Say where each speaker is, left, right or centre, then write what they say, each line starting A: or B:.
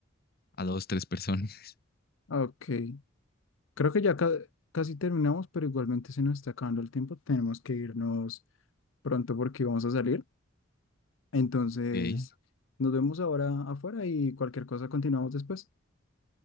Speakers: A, on the left; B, on the left.
A: a dos, tres personas. <laughs>
B: Ah, Ok. Creo que ya ca- casi terminamos, pero igualmente se nos está acabando el tiempo. Tenemos que irnos pronto porque vamos a salir. Entonces,
A: Ok.
B: nos vemos ahora afuera y cualquier cosa continuamos después.